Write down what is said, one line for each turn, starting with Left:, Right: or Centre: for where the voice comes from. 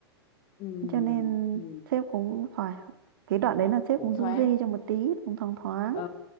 Left: ừ,
Right: cho nên
Left: ừ,
Right: sếp cũng thoải cái đoạn đấy là sếp
Left: cũng
Right: cũng
Left: thoáng
Right: du di cho một tí cũng thoáng thoáng
Left: ừ